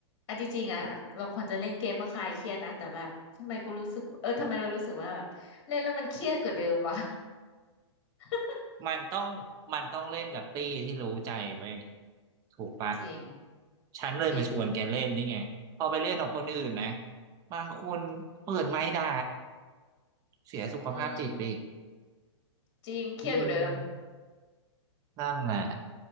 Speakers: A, on the left (about 50°); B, on the right (about 25°).
A: อันที่จริงอ่ะเราควรจะเล่นเกมมาคลายเครียดนะแต่แบบทำไมกูรู้สึกเออทำไมเรารู้สึกว่าแบบเล่นแล้วมันเครียดกว่าเดิมวะ <laughs>
B: มันต้องมันต้องเล่นกับตี้ที่รู้ใจไปถูกปะ
A: จริง
B: ฉันเลยมาชวนแกเล่นนี่ไงพอไปเล่นกับคนอื่นนะ
A: จริง
B: บางคนเปิดไม้ได้เสียสุขภาพจิตไปอีก
A: อืมจริงเครียดกว่าเดิม
B: อืมนั่นแหละ